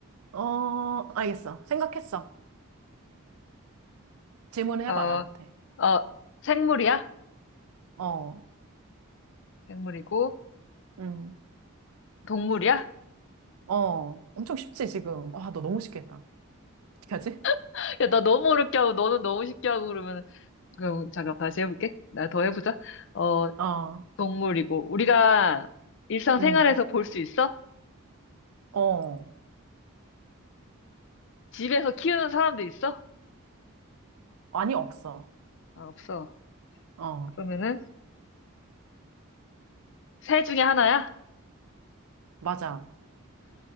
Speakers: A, on the right; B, on the left.
A: 어 알겠어. 생각했어. 질문을
B: 어,
A: 해봐 나한테.
B: 어, 생물이야?
A: 어,
B: 생물이고,
A: 음,
B: 동물이야?
A: 어 엄청 쉽지 지금. 와 너 너무 쉽게 했다. 어떻게 하지?
B: <laughs> 야, 나 너무 어렵게 하고, 너는 너무 쉽게 하고 그러면, 그럼 잠깐 다시 해볼게. 나 더 해보자. 어,
A: 어,
B: 동물이고, 우리가 일상생활에서
A: 음,
B: 볼 수 있어?
A: 어
B: 집에서 키우는 사람도 있어?
A: 아니 없어.
B: 아, 없어.
A: 어
B: 그러면은, 새 중에 하나야?
A: 맞아